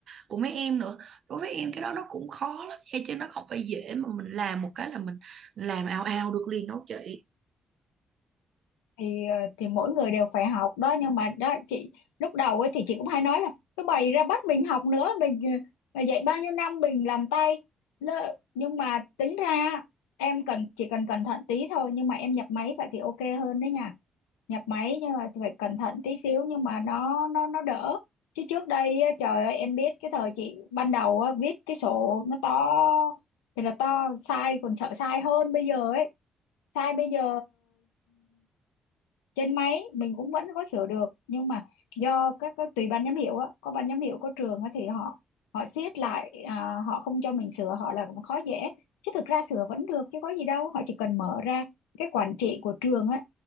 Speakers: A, on the right (about 60°); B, on the left (about 80°).
A: của mấy em nữa đối với em cái đó nó cũng khó lắm nha chứ nó không phải dễ mà mình làm một cái là mình làm ao ao được liền đâu chị
B: thì ờ, thì mỗi người đều phải học đó nhưng mà đó chị lúc đầu ấy thì chị cũng hay nói là cứ bày ra bắt mình học nữa mình, ờ, mình dạy bao nhiêu năm mình làm tay Lỡ- nhưng mà tính ra em cần chỉ cần cẩn thận tí thôi nhưng mà em nhập máy vậy thì ok hơn đấy nha nhập máy nhưng mà phải cẩn thận tí xíu nhưng mà nó nó nó đỡ chứ trước đây á, trời ơi em biết cái thời chị ban đầu á, viết cái sổ nó to thì là to sai còn sợ sai hơn bây giờ ấy sai bây giờ trên máy mình cũng vẫn có sửa được nhưng mà do các, các tùy ban giám hiệu á có ban giám hiệu có trường á thì họ họ siết lại à, họ không cho mình sửa họ là cũng khó dễ chứ thực ra sửa vẫn được chứ có gì đâu họ chỉ cần mở ra cái quản trị của trường á